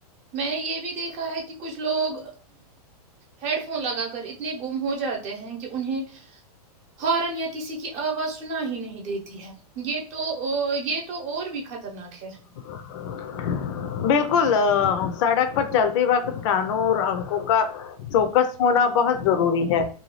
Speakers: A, on the right (about 35°); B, on the left (about 50°).
A: میں نے یہ بھی دیکھا ہے کہ کچھ لوگ ہیڈ فون لگا کر اتنے گم ہو جاتے ہیں کہ انہیں ہارن یا کسی کی آواز انا ہی نہیں دیتی ہے یہ تو یہ تو اور بھی خطرناک ہے
B: ج <inaudible> بالکل سڑک پر چلتے وقت کانوں اور انکوں کا چوکس ہونا بہت ضروری ہے